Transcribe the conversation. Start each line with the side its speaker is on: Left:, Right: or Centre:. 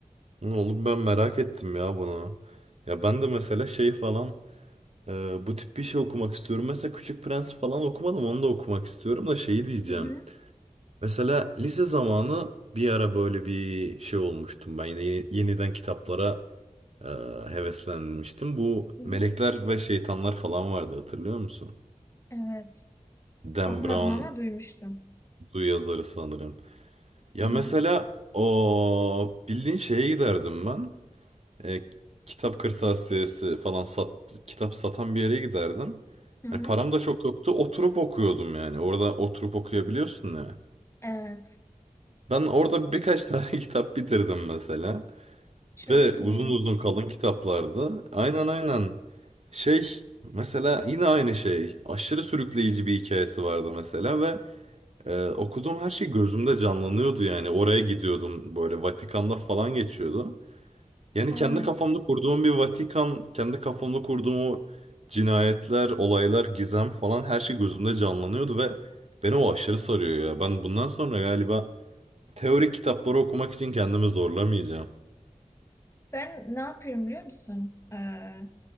Right: oğlum ben merak ettim ya bunu. Ya ben de mesela şey falan e, bu tip bir şey okumak istiyorum. Mesela Küçük Prens falan okumadım onu da okumak istiyorum da şeyi diyeceğim.
Left: Hı hı.
Right: Mesela lise zamanı bir ara böyle bir şey olmuştum ben yine yeni- yeniden kitaplara e, heveslenmiştim. Bu
Left: Hı hı.
Right: Melekler ve Şeytanlar falan vardı hatırlıyor musun?
Left: Evet.
Right: Dan
Left: Okumadım
Right: Brown
Left: ama duymuştum.
Right: du yazarı sanırım. Ya
Left: Hı hı.
Right: mesela o bildiğin şeye giderdim ben. E, kitap kırtasiyesi falan sat, kitap satan bir yere giderdim.
Left: Hı
Right: Hani
Left: hı.
Right: param da çok yoktu. Oturup okuyordum yani. Orada oturup okuyabiliyorsun ya.
Left: Evet.
Right: Ben orada birkaç tane <laughs> kitap bitirdim mesela.
Left: Çok
Right: Ve uzun
Left: iyi.
Right: uzun kalın kitaplarda. Aynen aynen. Şey mesela yine aynı şey. Aşırı sürükleyici bir hikayesi vardı mesela ve e, okuduğum her şey gözümde canlanıyordu yani. Oraya gidiyordum böyle Vatikan'da falan geçiyordu. Yani
Left: Evet.
Right: kendi kafamda kurduğum bir Vatikan, kendi kafamda kurduğum o cinayetler, olaylar, gizem falan her şey gözümde canlanıyordu ve beni o aşırı sarıyor ya. Ben bundan sonra galiba teorik kitapları okumak için kendimi zorlamayacağım.
Left: Ben ne yapıyorum biliyor musun? Ee,